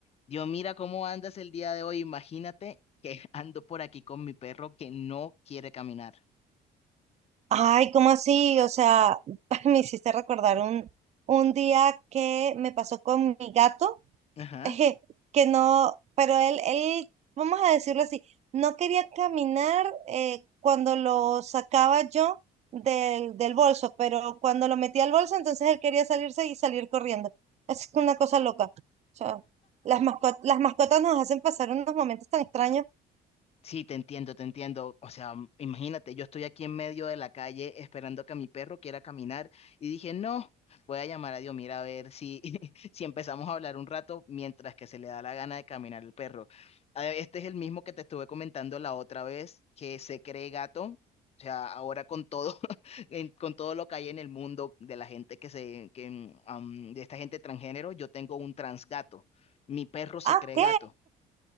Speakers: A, on the left; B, on the right.
A: Dios, mira cómo andas el día de hoy. Imagínate que <laughs> ando por aquí con mi perro que no quiere caminar.
B: Ay, ¿cómo así? O sea, <laughs> me hiciste recordar un, un día que me pasó con mi gato,
A: Ajá.
B: <laughs> que no, pero él, él, vamos a decirlo así, no quería caminar eh, cuando lo sacaba yo del, del bolso, pero cuando lo metía al bolso, entonces él quería salirse y salir corriendo. Es una cosa loca. O sea, las mascotas, las mascotas nos hacen pasar unos momentos tan extraños.
A: Sí, te entiendo, te entiendo. O sea, m- imagínate, yo estoy aquí en medio de la calle esperando que mi perro quiera caminar y dije, no, voy a llamar a Dios, mira, a ver si, <laughs> si empezamos a hablar un rato mientras que se le da la gana de caminar el perro. A ver, Este es el mismo que te estuve comentando la otra vez, que se cree gato. O sea, ahora con todo, <laughs> en- con todo lo que hay en el mundo de la gente que se, que, mm, am, de esta gente transgénero, yo tengo un transgato. Mi perro se
B: Ah,
A: cree
B: ok.
A: gato.